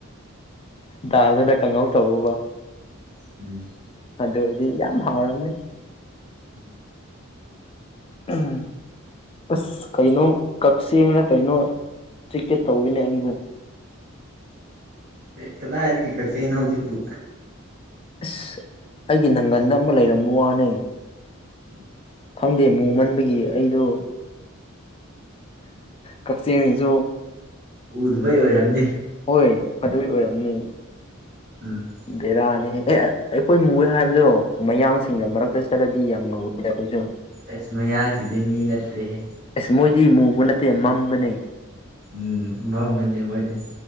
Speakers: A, on the left; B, on the right.
A: ꯗꯥꯜꯗꯨꯅ ꯀꯥꯡꯍꯧ ꯇꯧꯎꯕ
B: ꯎꯝ
A: ꯑꯗꯨ ꯑꯣꯏꯔꯗꯤ ꯌꯥꯝ ꯍꯥꯎꯔꯅꯤ
B: ꯎꯝ
A: ꯎꯝ ꯑꯁ ꯀꯩꯅꯣ ꯀꯛꯆꯦꯡꯅ ꯀꯩꯅꯣ ꯆꯤꯀꯦꯠ ꯇꯧꯋꯤꯅꯦ ꯑꯩꯕꯨ
B: ꯀꯦꯛ ꯀꯗꯥꯏꯔꯤꯒꯦ ꯀꯠꯆꯦꯅꯣ ꯍꯧꯖꯤꯛꯄꯨ
A: ꯏꯁ ꯑꯩꯒꯤ ꯅꯪꯒꯟꯗ ꯑꯃ ꯂꯩꯔꯝꯕ ꯋꯥꯅꯦ
B: ꯎꯝ
A: ꯈꯪꯗꯦ ꯃꯨ ꯃꯟꯕꯒꯤ ꯑꯩꯗꯣ ꯀꯛꯆꯤꯡꯁꯨꯨ
B: ꯎꯗꯨꯕꯩ ꯑꯣꯏꯔꯝꯅꯤ
A: ꯍꯣꯏ ꯑꯗꯨꯏ ꯑꯣꯏꯔꯝꯅꯤ
B: ꯎꯝ
A: ꯗꯦꯔꯥꯅꯤ ꯑꯦ ꯑꯩꯈꯣꯏ ꯃꯨꯦ ꯍꯥꯏꯕꯗꯣ ꯃꯌꯥꯡꯁꯤꯡꯒ ꯃꯔꯛꯇ ꯆꯠꯂꯗꯤ ꯌꯥꯝ ꯉꯧꯋꯦ ꯁꯤꯗꯁꯨ
B: ꯑꯁ ꯃꯌꯥꯁꯤꯗꯤ ꯃꯤ ꯅꯠꯇ꯭ꯔꯦꯍꯦ
A: ꯑꯁ ꯃꯣꯏꯗꯤ ꯃꯨꯕ ꯅꯠꯇꯦ ꯃꯝꯕꯅꯦ
B: ꯎꯝ ꯃꯝꯕꯅꯦ ꯃꯣꯏꯅꯦ